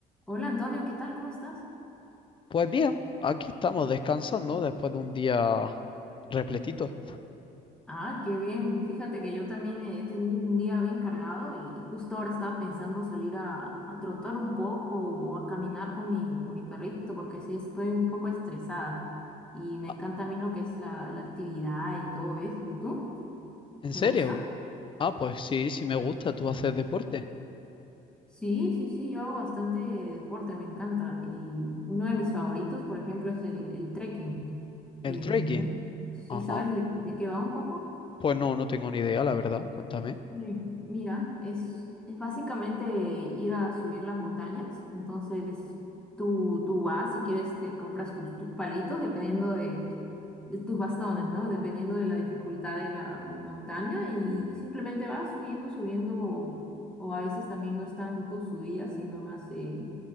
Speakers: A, in the centre; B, on the left.
A: Hola Antonio, ¿qué tal? ¿Cómo estás?
B: Pues bien, aquí estamos descansando después de un día repletito.
A: Ah, qué bien. Fíjate que yo también he tenido un día bien cargado y justo ahora estaba pensando salir a, a trotar un poco o a caminar con mi, con mi perrito porque sí estoy un poco estresada y me
B: Ah,
A: encanta a mí lo que es la, la actividad y todo eso. ¿Y tú?
B: ¿En
A: ¿Te
B: serio?
A: gusta?
B: Ah, pues sí, sí me gusta. ¿Tú haces deporte?
A: Sí, sí, sí, yo hago bastante deporte, me encanta. Y uno de mis favoritos, por ejemplo, es el, el trekking. Em,
B: ¿El trekking?
A: no- ¿sí
B: Ajá.
A: sabes de de qué va un poco?
B: Pues no, no tengo ni idea, la verdad. Cuéntame.
A: Eh, Mira, es, es básicamente ir a subir las montañas. Entonces, tú, tú vas, si quieres, te compras tus, tus palitos, dependiendo de, de tus bastones, ¿no? Dependiendo de la dificultad de la montaña y, simplemente vas subiendo, subiendo, o, o a veces también no es tanto subida, sino más eh,